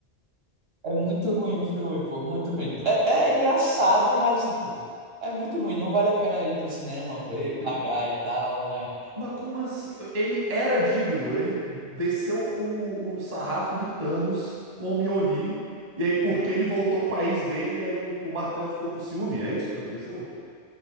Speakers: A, on the right; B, on the right.
A: É muito ruim o filme, pô, muito ruim. É, é engraçado, mas, tipo, é muito ruim. Não vale a pena ir pro cinema ver, pagar e tal, mas...
B: Mas como assim? Ele era digno, ele desceu o, o sarrafo do Thanos com o Mjolnir, e aí porque ele voltou com a ex dele, e aí o, o martelo ficou com ciúme, é isso que aconteceu?